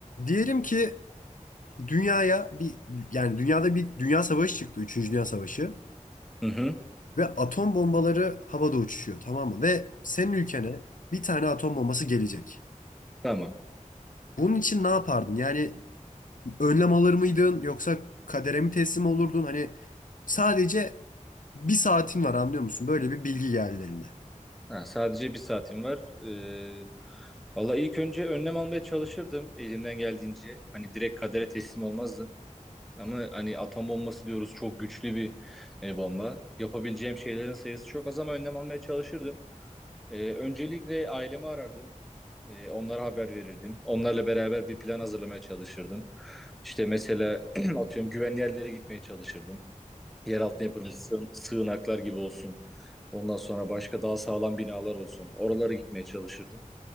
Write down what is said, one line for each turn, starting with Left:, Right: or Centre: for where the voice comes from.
Left: Diyelim ki dünyaya bir yani dünyada bir dünya savaşı çıktı. Üçüncü Dünya Savaşı.
Centre: Hı hı.
Left: Ve atom bombaları havada uçuşuyor tamam mı? Ve senin ülkene bir tane atom bombası gelecek.
Centre: Tamam.
Left: Bunun için ne yapardın? Yani önlem alır mıydın yoksa kadere mi teslim olurdun? Hani sadece bir saatin var anlıyor musun? Böyle bir bilgi geldi eline.
Centre: Ha, sadece bir saatim var. Ee, valla ilk önce önlem almaya çalışırdım elimden geldiğince. Hani direkt kadere teslim olmazdım. Ama hani atom bombası diyoruz çok güçlü bir e, bomba. Yapabileceğim şeylerin sayısı çok az ama önlem almaya çalışırdım. Ee, öncelikle ailemi arardım. Ee, onlara haber verirdim. Onlarla beraber bir plan hazırlamaya çalışırdım. İşte mesela <clears throat> atıyorum güvenli yerlere gitmeye çalışırdım. Yeraltı yapımı sığınaklar gibi olsun. Ondan sonra başka daha sağlam binalar olsun. Oralara gitmeye çalışırdım.